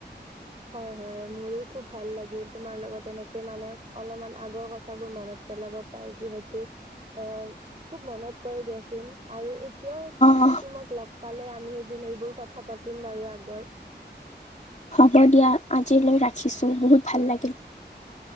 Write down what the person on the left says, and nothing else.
অ
হ'ব দিয়া আজিলৈ ৰাখিছো, বহুত ভাল লাগিল।